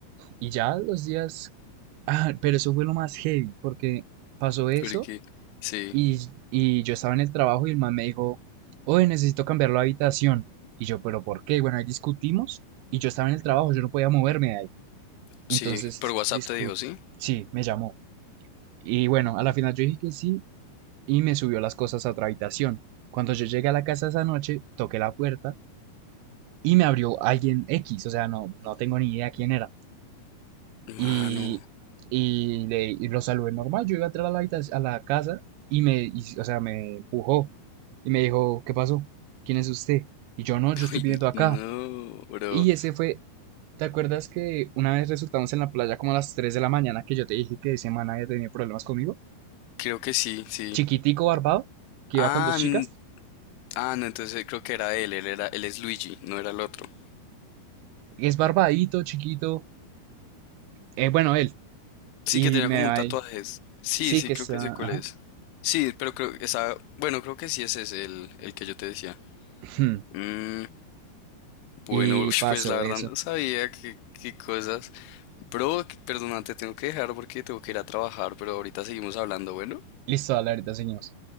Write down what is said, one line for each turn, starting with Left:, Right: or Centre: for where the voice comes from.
Right: Y ya los días, ah, pero eso fue lo más heavy, porque pasó eso.
Left: Porque, sí,
Right: Y, y yo estaba en el trabajo y el man me dijo, oye, necesito cambiar la habitación. Y yo, pero ¿por qué? Bueno, ahí discutimos y yo estaba en el trabajo, yo no podía moverme de ahí. Entonces,
Left: sí, por WhatsApp
Right: discu
Left: te dijo, ¿sí?
Right: sí, me llamó. Y bueno, a la final yo dije que sí y me subió las cosas a otra habitación. Cuando yo llegué a la casa esa noche, toqué la puerta y me abrió alguien X, o sea, no, no tengo ni idea quién era. y,
Left: Mano,
Right: y, le, y lo saludé normal. Yo iba a entrar a la, habitac- a la casa y me, y- o sea, me empujó y me dijo, ¿qué pasó? ¿Quién es usted? Y yo no,
Left: <laughs>
Right: yo estoy
Left: uy,
Right: viviendo acá.
Left: no, bro.
Right: Y ese fue, ¿te acuerdas que una vez resultamos en la playa como a las 3 de la mañana que yo te dije que ese man había tenido problemas conmigo?
Left: Creo que sí, sí.
Right: Chiquitico barbado, que iba
Left: Ah,
Right: con dos chicas.
Left: n- ah, no, entonces creo que era él, él era, él es Luigi, no era el otro.
Right: Es barbadito, chiquito. eh, bueno, él.
Left: Sí,
Right: Y
Left: que tenía
Right: me
Left: como
Right: va
Left: un tatuaje.
Right: ahí.
Left: Sí,
Right: Sí,
Left: sí,
Right: que
Left: creo
Right: está.
Left: que sé cuál
Right: Ajá.
Left: es. Sí, pero creo, esa, bueno, creo que sí ese es el, el que yo te decía.
Right: <clears throat>
Left: Mm, bueno,
Right: Y
Left: <laughs> ush,
Right: pasó
Left: pues la verdad
Right: eso.
Left: no sabía qué, qué cosas. Bro, perdona, te tengo que dejar porque tengo que ir a trabajar, pero ahorita seguimos hablando, bueno.
Right: Listo, dale, ahorita seguimos.